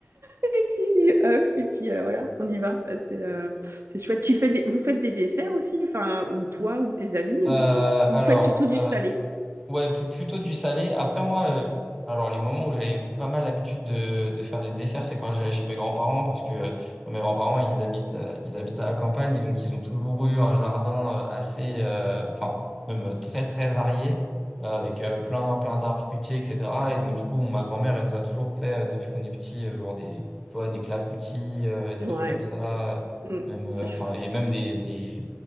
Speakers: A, on the right; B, in the centre.
A: et puis œufs, et puis euh, voilà, on y va. C'est euh, c'est chouette. Tu fais des... Vous faites des desserts aussi, enfin, ou toi, ou tes amis,
B: Euh,
A: ou, ou
B: alors,
A: vous faites surtout du
B: euh,
A: salé?
B: Ouais, pu- plutôt du salé. Après, moi, euh, alors les moments où j'avais pas mal l'habitude de, de faire des desserts, c'est quand j'allais chez mes grands-parents, parce que euh, mes grands-parents, ils habitent, euh, ils habitent à la campagne, et donc ils ont toujours eu un jardin euh, assez, euh, enfin, même euh, très, très varié, euh, avec euh, plein, plein d'arbres fruitiers, etc. Et donc, du coup, ma grand-mère, elle nous a toujours fait, euh, depuis qu'on est petit, euh, genre des, tu vois, des clafoutis, euh, des
A: Ouais.
B: trucs comme ça, euh,
A: Mm.
B: même, euh,
A: C'est chou-
B: enfin, et même des, des,